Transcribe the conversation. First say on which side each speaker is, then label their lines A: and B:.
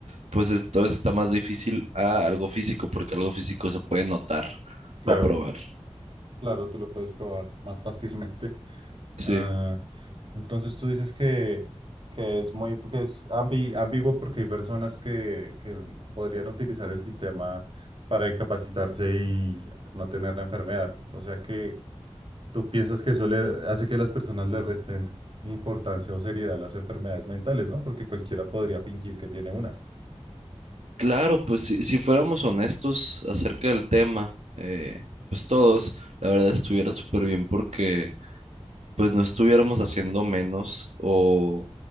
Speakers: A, on the right; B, on the right.
A: pues entonces está más difícil a algo físico, porque algo físico se puede notar
B: claro,
A: o probar.
B: claro, tú lo puedes probar más fácilmente.
A: Sí.
B: Ah, entonces tú dices que, que es muy, que es ambi- ambiguo porque hay personas que, que podrían utilizar el sistema para incapacitarse y no tener la enfermedad. O sea que tú piensas que eso le hace que las personas le resten importancia o seriedad a las enfermedades mentales, ¿no? Porque cualquiera podría fingir que tiene una.
A: Claro, pues si, si fuéramos honestos acerca del tema, eh, pues todos, la verdad estuviera súper bien porque pues no estuviéramos haciendo menos o